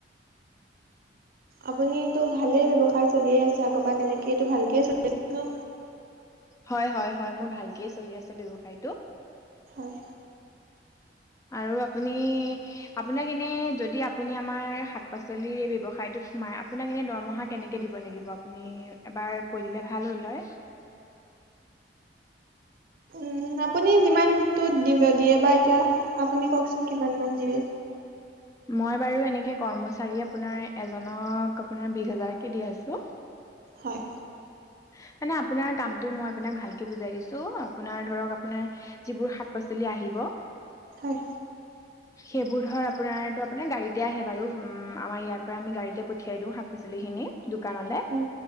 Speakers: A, on the right; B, on the left.
A: আপুনটো ভালে ব্যৱসায় চলিয়ে আছে আগৰ পৰা তেনেকে এইটো ভালকেই চলি আছে ন।
B: হয়, হয়। হয় মোৰ ভালকে চলি আছে ব্যৱসায়টো।
A: হয়।
B: আৰু আপোনাক এনে যদি আপ আপুনি আমাৰ শাক পাচলিৰ এই ব্যৱসায়টোত সোমাই আপোনাক ইনে দৰমহা কেনেকে দিব লাগিব, আপুনি এবাৰ কৈ দিলে ভাল হ'ল হয়। <inaudible>
A: উম, আপুনি যিমানটো দিব দিয়ে বা এতিয়া আপুনি কওকচোন কিমানমান দিবে।
B: মই বাৰু এনেকে কৰ্মচাৰী আপোনাৰ এজনক আপোনাৰ বিশ হাজাৰকে দি আছো।
A: হয়।
B: <inaudible> মানে আপোনাৰ কামটো মই আপোনাক ভালকে বুজাই দিছো আপোনাৰ ধৰক আপোনাৰ যিবোৰ শাক পাচলি আহিব <unintelligible>
A: হয়।
B: <inaudible> সেইবোৰ ধৰ আপোনাৰতো আপোনাৰ গাড়ীতে আহে বাৰু আমাৰ ইয়াৰ পৰা আমি গাড়ীতে পঠিয়াই দিওঁ শাক পাচলিখিনি। দোকানলে
A: হয়।